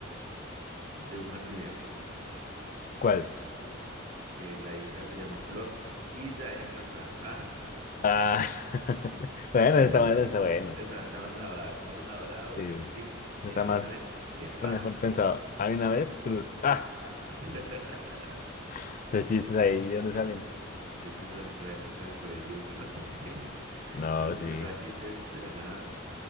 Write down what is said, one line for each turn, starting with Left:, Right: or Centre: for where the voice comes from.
Right: de un jardinero?
Left: ¿Cuáles?
Right: Que la hija se llama Flor y la dejen plantada. Ah,
Left: Ah, <laughs> bueno,
Right: <laughs>
Left: está bueno, está bueno.
Right: está, está más elaborado, está más elaborado,
Left: Sí,
Right: creo que sí, que
Left: está
Right: había
Left: más,
Right: una vez, ya,
Left: está
Right: ah,
Left: mejor pensado. Hay una vez, trus. Ah,
Right: <laughs>
Left: <laughs> los chistes ahí, ¿de dónde
Right: Es-
Left: salen?
Right: yo sé, esa era la época del colegio, yo no sé, <laughs>
Left: No,
Right: todo el mundo
Left: sí,
Right: sacaba chistes de la nada,